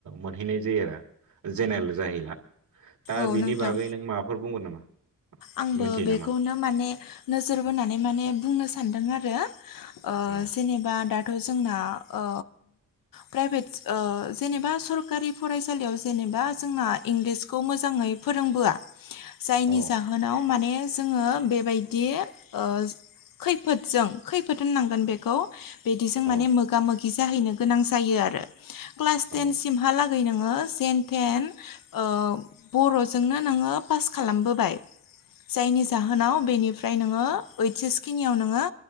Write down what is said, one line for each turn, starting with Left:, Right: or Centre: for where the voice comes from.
Right: मोनहैनाय जायो आरो जेनेरेल जाहैला दा
Left: औ
Right: बिनि
Left: नोंथां
Right: बागै नों माबाफोर बुंगोन नामा?
Left: आंबो
Right: मिथियो
Left: बेखौनो
Right: नामा
Left: माने नोजोर बोनानै माने बुंनो सानदों आरो ओ
Right: औ
Left: जेनेबा दाथ' जोंना ओ प्राइब्रेद ओ जेनेबा सरकारि फरायसालियाव जेबा जोंना इंलिसखौ मोजाङै फोरोंबोआ जायनि
Right: औ
Left: जावनाव माने जोङो बेबायदि ओ खैफोदजों खैफोद होननांगोन बेखौ बिदिजों माने
Right: औ
Left: मोगा मोगि जाहैनो गोनां जायो आरो क्लास
Right: औ
Left: टेनसिमहाला गै नोङो सेन टेन ओ बर'जोंनो नोङो पास खालामबोबाय
Right: <inaudible>
Left: जायनि जाहोनाव बेनिफ्राय नोङो ओइस एसखिनियाव नोङों